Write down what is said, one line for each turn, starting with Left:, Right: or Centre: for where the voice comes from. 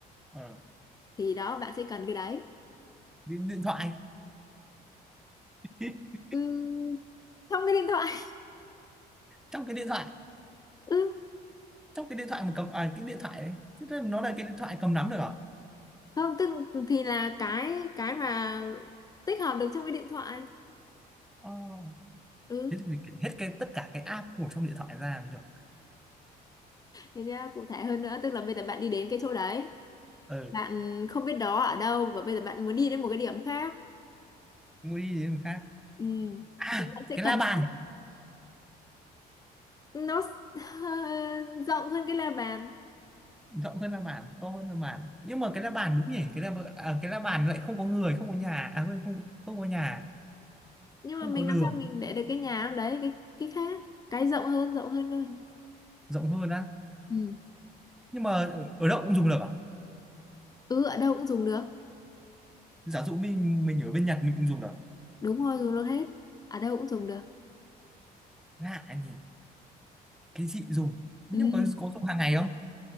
Centre: ờ,
Left: thì đó bạn sẽ cần cái đấy.
Centre: điện, điện thoại <laughs>
Left: Ừm, trong cái điện thoại. <laughs>
Centre: trong cái điện thoại
Left: Ừ,
Centre: trong cái điện thoại mà cầm à, cái điện thoại đấy thế là nó là cái điện thoại cầm nắm được à
Left: không tức thì là cái cái mà tích hợp được trong cái điện thoại.
Centre: oh.
Left: Ừ,
Centre: thế thì mình kể hết cái tất cả cái app của trong điện thoại ra mới được
Left: thế nhá, cụ thể hơn nữa tức là bây giờ bạn đi đến cái chỗ đấy,
Centre: ờ
Left: bạn không biết đó ở đâu và bây giờ bạn muốn đi đến một cái điểm khác.
Centre: mua đi đến người khác
Left: ừ
Centre: à
Left: thì bạn sẽ
Centre: cái
Left: cần
Centre: la bàn
Left: nó. Nó <laughs> rộng hơn cái la bàn,
Centre: rộng hơn la bàn to hơn la bàn nhưng mà cái la bàn đúng nhỉ cái la bàn, à, cái la bàn lại không có người không có nhà à quên, không không có nhà
Left: nhưng
Centre: không
Left: mà mình
Centre: có đường
Left: làm sao mình để được cái nhà đấy cái cái khác, cái rộng hơn, rộng hơn cơ.
Centre: rộng hơn á
Left: Ừ.
Centre: nhưng mà ở, ở đâu cũng dùng được à
Left: ừ ở đâu cũng dùng được
Centre: giả dụ mình mình ở bên Nhật mình cũng dùng được
Left: Đúng rồi, dùng được hết. Ở đâu cũng dùng được.
Centre: lạ nhỉ cái gì dùng nhưng
Left: Ừ.
Centre: mà có có dùng hàng ngày không